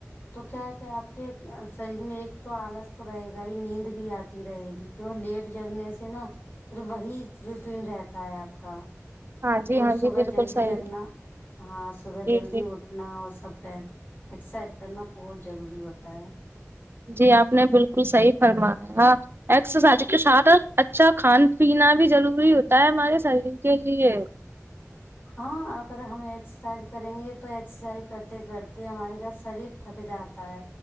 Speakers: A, on the left; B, on the right.
A: تو کیا ہے کہ آپ کے شریر میں ایک تو آلس تو رہے گا ہی نیند بھی آتی رہے گی کیوں لیٹ جگنے سے نا پھر وہی روٹین رہتا ہے آپ کا
B: ہاں جی
A: تو
B: ہاں
A: صبح
B: جی بالکل
A: جلدی
B: صحیح
A: جگنا ہاں صبح
B: جی
A: جلدی
B: جی
A: اٹھ نا اور سب ایکسرسائز کرنا بہت ضروری ہوتا ہے
B: جی آپ نے بالکل صحیح فرمایا ہاں ایکسرسائز کے ساتھ اچھا کھان پینا بھی ضروری ہوتا ہے ہمارے شریر کے لیے
A: <inaudible> ہاں اگر ہم ایکسرسائز کریں گے تو ایکسرسائز کرتے کرتے ہماری گ شریر تھک جاتا ہے